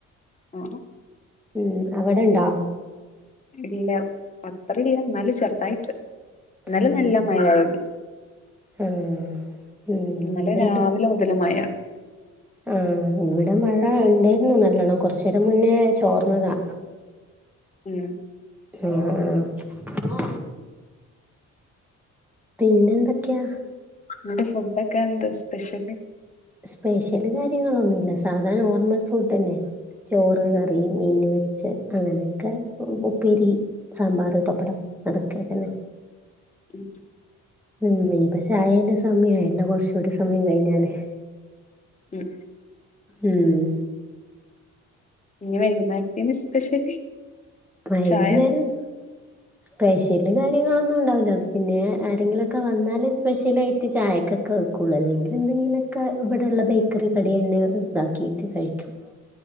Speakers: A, on the left (about 25°); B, in the centre.
A: അ
B: മ്മ് അവിടെണ്ടോ?
A: ഇല്ല അത്ര ഇല്ല എന്നാലും ചെറ്തായിട്ട് ഇന്നലെ
B: ഉം
A: നല്ല മഴായിന്
B: ആഹ് ഉം
A: ഇന്നലെ
B: എന്തേയ്ത്
A: രാവിലെ മുതല് മഴ
B: ആഹ് ഇവടെ മഴ ഇണ്ടേര്ന്നു നല്ലോണം കൊറച്ചേരം മുന്നേ ചോറ്ന്നതാ.
A: ഉം
B: ആഹ് ആഹ് പിന്നെന്തെക്ക്യ
A: അന്റെ ഫുഡൊക്കെ എന്താ സ്പെഷ്യല്?.
B: സ്പെഷ്യല് കാര്യങ്ങളൊന്നുല്ല സാധാ നോർമൽ ഫുഡെന്നെ ചോറ്
A: ഉം
B: കറി മീൻ വറ്റിച്ചേ അങ്ങനെയൊക്കെ ഉപ്പേരി സാമ്പാറ് പപ്പടം അതൊക്കെത്തന്നെ
A: ഉം
B: ഉം ഇനിയിപ്പോ ചായേന്റെ സമയായല്ലോ കൊറച്ചൂടിം സമയം കഴിഞ്ഞാല്
A: ഉം
B: മ്മ്
A: ഇഞ്ഞ് വൈകുന്നേരത്തിന് സ്പെഷ്യല്
B: വൈകുന്നേരം
A: ചായ
B: സ്പെഷ്യല് കാര്യങ്ങളൊന്നുണ്ടാവൂല പിന്നെ ആരെങ്കിലൊക്കെ വന്നാല് സ്പെഷ്യലായിട്ട് ചായക്കൊക്കെ വെക്കും. ക്കൊള്ളൂ അല്ലെങ്കില് എന്തെങ്കിലൊക്കെ ഇവടെള്ള ബേക്കറി കടിയെന്നെ ഇണ്ടാക്കീട്ട് കഴിക്കും